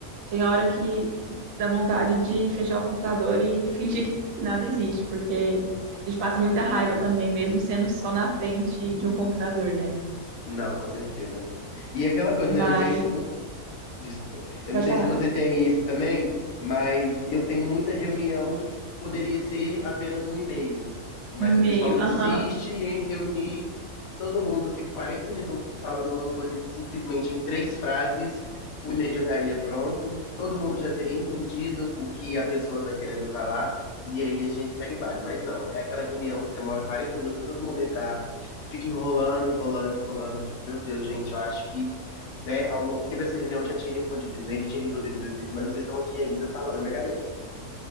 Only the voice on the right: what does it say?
tem hora que, que dá vontade de fechar o computador e <laughs> fingir que, que nada existe, porque a gente passa muita raiva também, mesmo sendo só na frente de um computador, né?
Mas,
pode
falar.
Um e-mail,
aham,